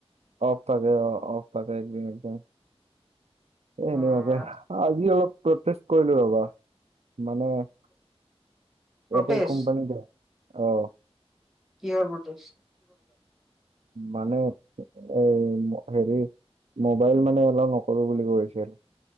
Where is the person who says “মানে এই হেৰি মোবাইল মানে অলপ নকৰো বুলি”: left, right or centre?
Right